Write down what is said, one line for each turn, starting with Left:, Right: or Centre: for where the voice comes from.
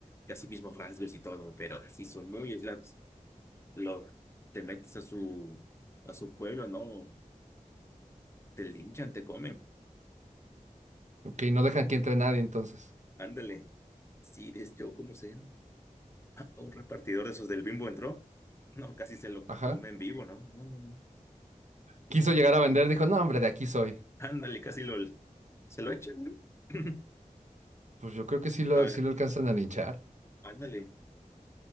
Left: casi mismos rasgos y todo, pero sí son muy aislados. Lo, te metes a su, a su pueblo, no, te linchan, te comen.
Right: Ok, no dejan que entre nadie entonces.
Left: Ándale. Sí, desde yo, ¿cómo sea? <laughs> Un repartidor de esos del Bimbo entró. No, casi se lo
Right: Ajá.
Left: come en vivo, ¿no? No, no, no.
Right: Quiso llegar a vender, dijo, no, hombre, de aquí soy.
Left: Ándale, casi lo se lo echan, ¿no? <laughs>
Right: Pues yo creo que sí lo,
Left: Ahora,
Right: sí lo alcanzan a linchar.
Left: ándale.